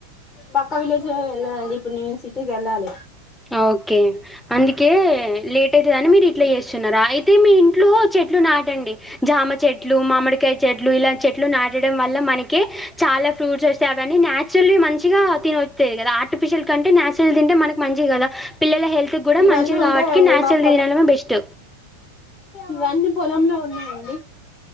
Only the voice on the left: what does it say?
పక్క విలేజ్ ఎల్లనండీ ఇప్పుడు నేను సిటీకి కెల్లాలే
ఇవన్నీ
ఉంటాయండి
మా పొల
ఇవన్నీ పొలంలో ఉన్నాయండి